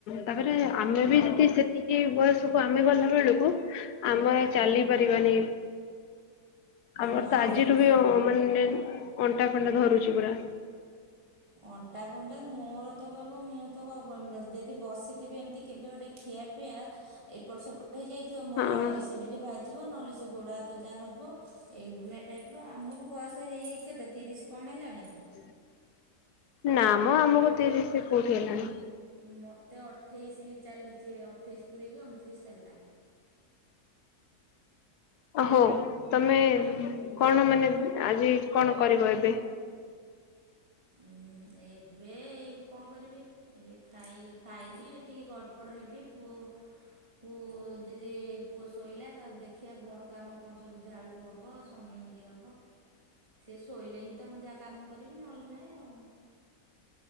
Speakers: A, on the left; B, on the right.
A: ତାପରେ ଆମେ ବି ଯଦି ସେତିକି ବୟସକୁ ଆମେ ଗଲା ବେଳକୁ ଆମ ଚାଲି ପାରିବାନି। ଆମର
B: ହଁ
A: ତ ଆଜିରୁ ବି ମାନେ ଅଣ୍ଟା ଫଣ୍ଟା ଧରୁଛି ପୁରା।
B: ଅଣ୍ଟା ଫଣ୍ଟା ମୋର ତ କହିବ ମୁଁ ତ କାହାକୁ କି ଯଦି ବସିଥିବି ଏମିତି କେବେ ଗୋଟେ ଖିଆପିଆ ଏପଟ ସେପଟ ହେଇଯାଇଥିବ ମୋର
A: ହଁ
B: ଏସିଡିଟି ଭାରିଜିବ ନହେଲେ ସେ ଗୋଡ଼ ହାତ ଯାହା ହବ ଏଇଭଳିଆ ଟାଇପ ର ଆମକୁ ବୟସ ହେଇ କେତେ ତିରିଶ କଣ ହେଲାଣି?
A: ହ ନା ମ ଆମକୁ
B: ପ
A: ତିରିଶ କୋଉଠି ହେଲାଣି?
B: ମୋତେ ଅଠେଇଶି ଚାଲିଚି ଅଠେଇଶି ପୁରିକିି ଅଣତିରିଶି ଚାଲିଲା
A: ହଉ ତମେ କଣ ମାନେ ଆଜି କଣ କରିବ ଏବେ?
B: ଉଁ ଏବେ ଏଇ କଣ କରିବି ଏ ଖାଇ ଖାଇଲି ଟିକେ ଗ ଗଡ଼ପଡ଼ ହେବି ପୁଅକୁ ଯଦି ପୁଅ ଶୋଇଲା ଦେଖିବା ଘର କାମ କଣ ସବୁ ଝାଡ଼ୁ ହବ ସେ ଶୋଇଲେ ହିଁ ତ ମୁଁ ଯାହା କାମ କରିବି ନହେଲେ ନା <inaudible>